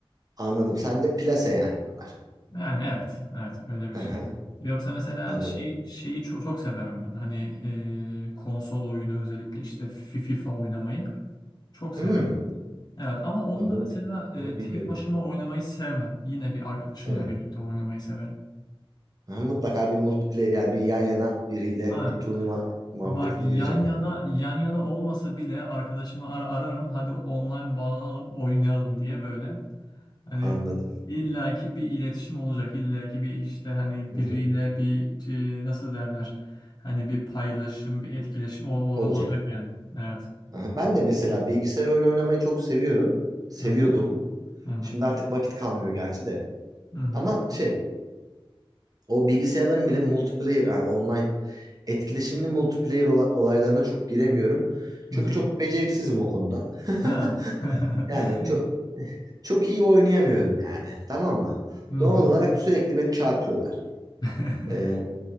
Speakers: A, on the right; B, on the left.
A: Anladım. Sen de plase yani bunlar.
B: Yani evet, evet öyle bir
A: Hı
B: şey.
A: hı.
B: Yoksa mesela
A: Anladım.
B: şeyi şeyi çok, çok severim ben. Hani e, konsol oyunu özellikle işte Fi- FIFA oynamayı çok severim.
A: Hmm.
B: Evet ama onu
A: Bak
B: da
A: onu
B: mesela e,
A: onu
B: tek
A: bilmiyordum.
B: başıma oynamayı sevmem. Yine bir arkadaşımla
A: Evet.
B: birlikte oynamayı severim.
A: Ha, mutlaka bir multiplayer yani bir yan yana biriyle
B: Aynen.
A: bir turnuva muhabbetine
B: Bak yan
A: gireceğim
B: yana
A: yani.
B: yan yana olmasa bile arkadaşımı ar- ararım. Hadi online bağlanalım, oynayalım diye böyle. Hani
A: Anladım.
B: illaki bir iletişim olacak. illaki bir işte hani
A: Hı
B: biriyle
A: hı.
B: bir e, nasıl derler? Hani bir paylaşım, bir etkileşim ol- ol-
A: Olacak.
B: olacak yani. Evet.
A: Aha, Ben de mesela bilgisayar oyunu oynamayı çok seviyorum. Seviyordum.
B: Hı hı. Hı hı.
A: Şimdi artık vakit kalmıyor gerçi de.
B: Hı hı.
A: Ama şey, o bilgisayarların bile multiplayer, yani online etkileşimli multiplayer ola- olaylarına çok giremiyorum.
B: Hı
A: Çünkü
B: hı.
A: çok beceriksizim o konuda. <laughs>
B: Ha. <laughs>
A: Yani çok çok iyi oynayamıyorum yani. Tamam mı?
B: Hı hı.
A: Doğal olarak sürekli beni çarpıyorlar.
B: <laughs>
A: Ee,